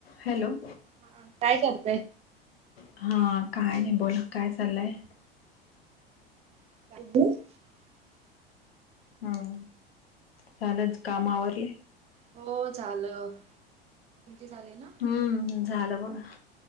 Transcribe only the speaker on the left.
हॅलो!
हा काय नाही. बोला काय चाललंय?
हम झालंच काम आवरली?
हम्म झालं बघा.